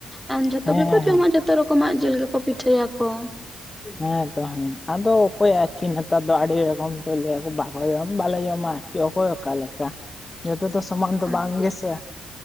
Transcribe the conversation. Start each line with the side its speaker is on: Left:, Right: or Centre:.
Centre: ᱟᱨ ᱡᱷᱚᱛᱚ
Left: ᱦᱮᱸ
Centre: ᱜᱮᱠᱚ
Left: ᱦᱮᱸ
Centre: ᱡᱚᱢᱟ
Left: ᱦᱮᱸ
Centre: ᱡᱷᱚᱛᱚ ᱨᱚᱠᱚᱢᱟᱜ ᱡᱤᱞ ᱜᱮᱠᱚ ᱯᱤᱴᱷᱟᱹᱭᱟᱠᱚ᱾
Left: ᱦᱮᱸᱛᱚ ᱦᱮᱸ ᱟᱫᱚ ᱚᱠᱚᱭ ᱟᱨᱠᱤ ᱱᱮᱛᱟᱨ ᱫᱚ ᱟᱹᱰᱤ ᱨᱚᱠᱚᱢ ᱛ ᱞᱟᱹᱭᱟᱠᱚ ᱵᱟᱠᱚ ᱡᱚᱢᱟ ᱵᱟᱞᱮ ᱡᱚᱢᱟ᱾ ᱠᱤ ᱚᱠᱚᱭ ᱚᱠᱟ ᱞᱮᱠᱟ ᱡᱷᱚᱛᱚ ᱛᱚ ᱥᱚᱢᱟᱱ ᱫᱚ
Centre: ᱦᱮᱸ
Left: ᱵᱟᱝ ᱜᱮᱥᱮ,